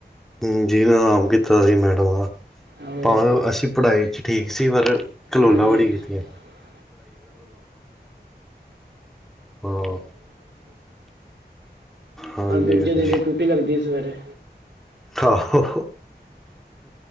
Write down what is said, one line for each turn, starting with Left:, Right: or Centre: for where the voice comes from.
Centre: ਹ ਜਿਹਨ ਆਰਾਮ ਕੀਤਾ ਸੀ ਮੈਡਮ ਦਾ
Right: ਹੋਰ
Centre: ਭਾਵੇਂ ਅਸੀਂ ਪੜ੍ਹਾਈ ਚ ਠੀਕ ਸੀ ਪਰ ਕਲੋਲਾ
Right: ਹਾਂਜੀ
Centre: ਬੜੀ
Right: ਹਾਂਜੀ
Centre: ਕੀਤੀਆਂ
Right: <unintelligible>
Centre: ਹਾਂ ਹਾਂਜੀ
Right: ਹਰ ਦੂਜੇ
Centre: ਹਾਂਜੀ।
Right: ਦਿਨੇ ਟੁਟੀ ਲੱਗਦੀ ਸਵੇਰੇ
Centre: ਆਹੋ